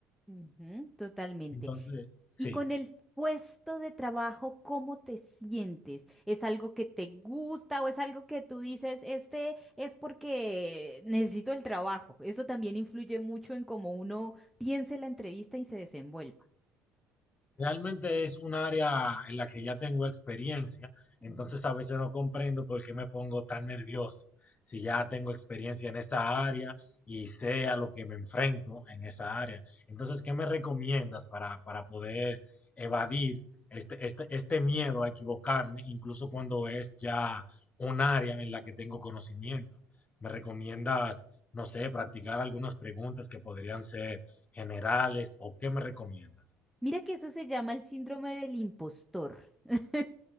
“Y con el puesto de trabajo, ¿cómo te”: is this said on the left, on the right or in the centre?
Centre